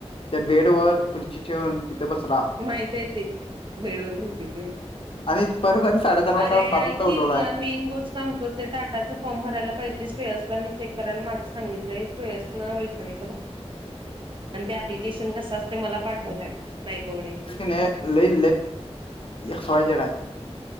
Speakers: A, on the left (about 55°); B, on the right (about 50°).
A: त्या बेड वर खुर्ची ठेवून तिथं बसला
B: माहित आहे ते बेडोर भ तिथून
A: आणि परत साडेचार वाजता
B: अरे
A: पाच
B: ऐ
A: वाजता
B: की
A: उठवलाय
B: तुला मेन गोष्ट सांगतो ते टाटाच फॉर्म भरायला पाहिजे सुेयसला मी चेक करायला माझं सांगितलंय सयस भरय प ते अप्लिकेशन कस असते मला पाठवलंय नाहीवढ
A: ने ल लसवाय जडाय